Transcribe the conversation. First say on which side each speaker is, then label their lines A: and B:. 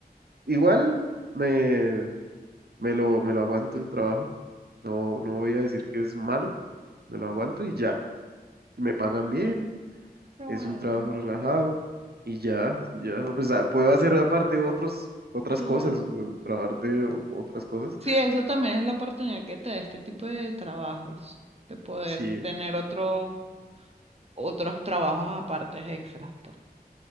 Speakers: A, on the right; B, on the right.
A: Igual me, me lo, me lo aguanto el trabajo. No, no voy a decir que es malo, me lo aguanto y ya. Me pagan bien.
B: bueno,
A: es un trabajo relajado y ya, ya, pues ah, puedo hacer aparte otros, otras
B: claro.
A: cosas, o trabajar de o- otras cosas.
B: Sí, eso también es la oportunidad que te da este tipo de trabajos, de poder
A: Sí,
B: tener otros otros trabajos aparte extras, pues.